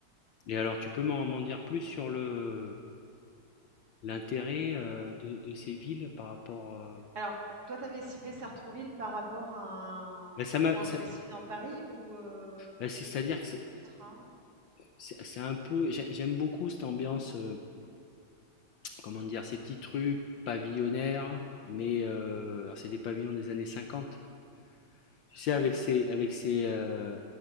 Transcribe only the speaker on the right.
Alors, toi, tu avais ciblé Sartrouville par rapport à un
point
précis dans Paris ou, heu,
une ligne
de
train?
Ouais.